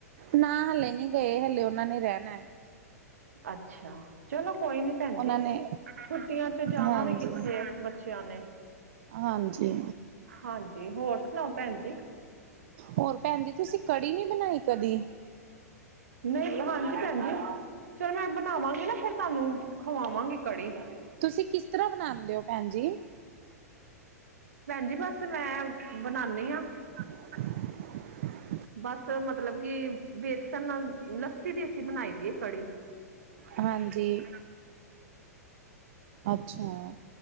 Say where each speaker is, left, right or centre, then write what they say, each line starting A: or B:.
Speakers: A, on the right (about 50°); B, on the right (about 65°).
A: ਨਾ ਹਲੇ ਨਹੀਂ ਗਏ ਹਲੇ ਉਹਨਾਂ ਨੇ ਰਹਿਣਾ।
B: ਅੱਛਾ ਚਲੋ ਕੋਈ ਨੀ ਭੈਣ
A: ਉਹਨਾਂ
B: ਜ
A: ਨੇ
B: ਛੁੱਟੀਆਂ ਚ ਜਾਣਾ
A: ਹਾਂਜੀ
B: ਵੀ ਕਿੱਥੇ ਬੱਚਿਆਂ ਨੇ।
A: ਹਾਂਜੀ
B: ਹਾਂਜੀ ਹੋਰ। ਸੁਣਾਓ ਭੈਣ ਜੀ।
A: ਹੋਰ ਭੈਣ ਜੀ ਤੁਸੀਂ ਕੜੀ ਨਹੀਂ ਬਣਾਈ ਕਦ।
B: ਨਹੀਂ ਹਾਂਜੀ ਭੈਣ ਜੀ ਚਲੋ ਮੈਂ ਬਣਾਵਾਂਗੀ ਨਾ ਫਿਰ ਤੁਹਾਨੂੰ ਖਵਾਵਾਂਗੀ ਕੜੀ।
A: ਤੁਸੀਂ ਕਿਸ ਤਰ੍ਹਾਂ ਬਣਾਉਂਦੇ ਹੋ ਭੈਣ ਜੀ?
B: ਭੈਣ ਜ ਬਸ ਮੈਂ ਬਣਾਉਦੀ ਹਾਂ।
A: <inaudible>
B: ਬਸ, ਮਤਲਬ ਕਿ ਬੇਸਨ ਨਾਲ, ਲੱਸੀ ਦੀ ਅਸੀ ਬਨਾਈ ਦੀ ਏ ਕੜੀ <inaudible>
A: ਹਾਂਜੀ ਅੱਛਾ